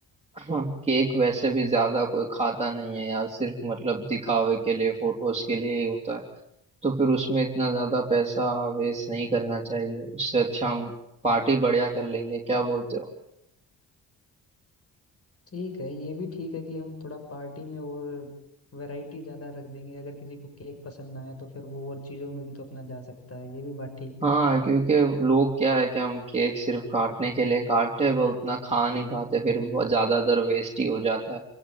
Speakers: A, on the right (about 15°); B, on the left (about 35°).
A: केक वैसे भी ज्यादा कोई खाता नहीं है यार सिर्फ मतलब दिखावे के लिए फोटोज के लिए ही होता है तो फिर उसमें इतना ज्यादा पैसा वेस्ट नहीं करना चाहिए उससे अच्छा हम पार्टी बढ़िया कर लेंगे क्या बोलते हो
B: ठीक है ये भी ठीक है कि हम थोड़ा पार्टी में और वैरायटी ज्यादा रख देंगे अगर किसी को केक पसंद ना आए तो फिर वो और चीजों में भी तो अपना जा सकता है ये भी बात ठीक
A: हाँ
B: है
A: क्योंकि लोग क्या है कि हम केक सिर्फ काटने के लिए काटते हैं वो उतना खा नहीं पाते फिर वो ज्यादातर वेस्ट ही हो जाता है